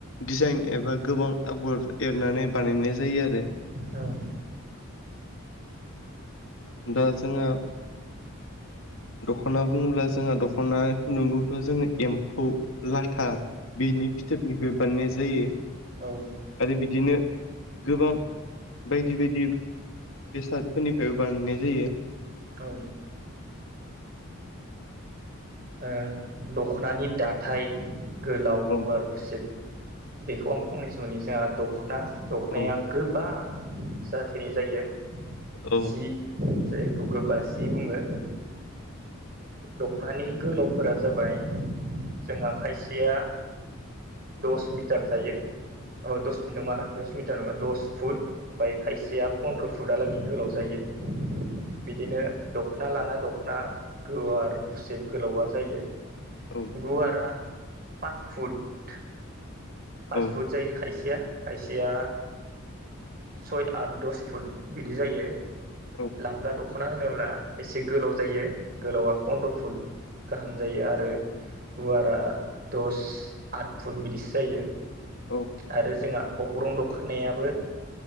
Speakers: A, on the left; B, on the right.
A: दिजाइन एबा गोबां आगर एरनानै बानायनाय जायो आरो
B: औ
A: दा जोंहा दख'ना बुङोब्ला जोंहा दख'ना खुन्दुंगौथ' जोङो एम्फौ लाथा बिनि फिथोबनिफ्राय बानायनाय जायो।
B: औ
A: आरो बिदिनो गोबां बायदि बायदि बेसादफोरनिफ्रायबो बानायनाय जायो।
B: औ औ दख'नानि
A: औ
B: दाथाय गोलाव
A: औ
B: गुवार गुसेब बेखौ आं फंनैसो मोनोनि जोंहा दख'ना दखनाया
A: औ
B: गोबा जाथोनि जायो।
A: औ
B: सि जायखौ गोबासि बुङो दख'नानि गोलावफोरा जाबाय जोंहा खायसेया दस मिटार थायो। औ दस मिनिट नङा दस मिट टार नङा दस फुट ओमफ्राय खायसेया पन्द्र' फुटालागै गोलाव जायो। बिदिनो दख'ना लाना दख'ना गुवार गुसेब गोलावा जायो।
A: औ
B: गुवारा पास फुट पास
A: औ
B: फुट जायो खायसेया खायसेया सय आठ दस फुट बिदि जायो
A: औ
B: लांगा दख दख'ना होनोब्ला एसे गोलाव जायो गोलावा पन्द्र' फुट गाहाम जायो आरो गुवारा दस आट फुट बिदिसो जायो।
A: औ
B: आरो जोंहा अग्रं दखनायाबो